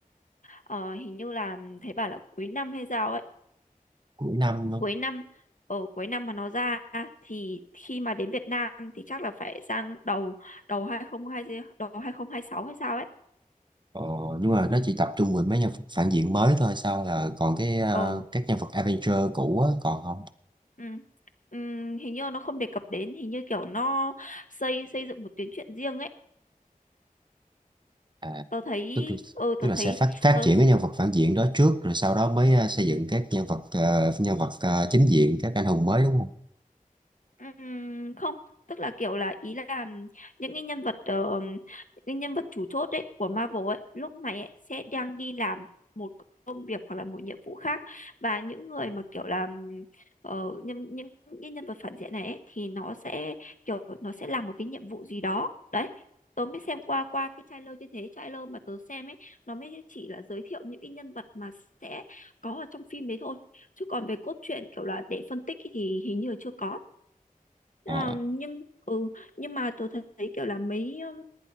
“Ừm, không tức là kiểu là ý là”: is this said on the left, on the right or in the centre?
Left